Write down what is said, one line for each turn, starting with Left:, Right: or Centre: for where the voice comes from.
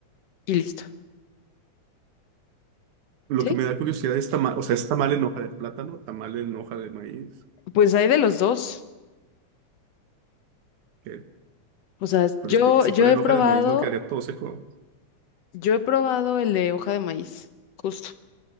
Left: Y listo.
Right: Lo
Left: ¿Sí?
Right: que me da curiosidad es tamal, o sea, es tamal en hoja de plátano, tamal en hoja de maíz.
Left: Pues hay de los dos.
Right: que-
Left: O sea,
Right: Pero
Left: yo,
Right: es que si
Left: yo
Right: fuera
Left: he
Right: en
Left: probado,
Right: hoja de maíz no quedaría todo seco.
Left: yo he probado el de hoja de maíz, justo,